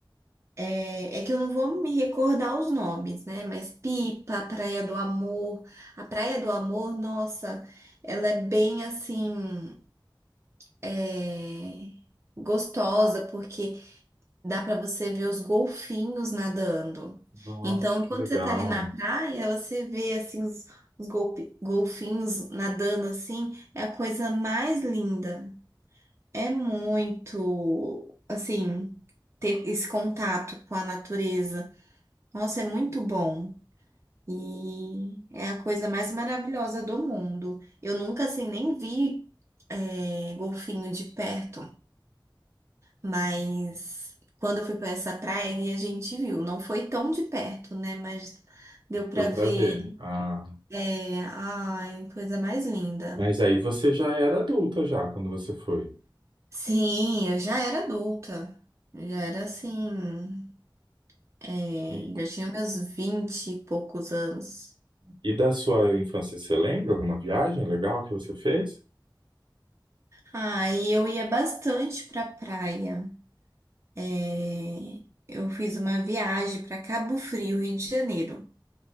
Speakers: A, on the right (about 35°); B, on the right (about 70°).
A: É, é que eu não vou me recordar os nomes, né? Mas Pipa, Praia do Amor. A Praia do Amor, nossa, ela é bem assim. é, gostosa, porque dá para você ver os golfinhos nadando.
B: Nossa,
A: Então,
B: que
A: quando
B: legal.
A: você tá ali na praia, você vê assim os, os golpi- golfinhos nadando assim, é a coisa mais linda. É muito, assim, ter esse contato com a natureza. Nossa, é muito bom. E é a coisa mais maravilhosa do mundo. Eu nunca, assim, nem vi, é, golfinho de perto. Mas quando eu fui para essa praia e a gente viu, não foi tão de perto, né? Mas deu para
B: Deu
A: ver.
B: pra ver. Ah,
A: É, ai, coisa mais linda.
B: mas aí você já era adulta já quando você foi.
A: Sim, eu já era adulta. Eu já era assim, é,
B: E,
A: já tinha meus vinte e poucos anos.
B: e da sua infância, você lembra alguma viagem legal que você fez?
A: Ah, e eu ia bastante pra praia. É, eu fiz uma viagem para Cabo Frio, Rio de Janeiro,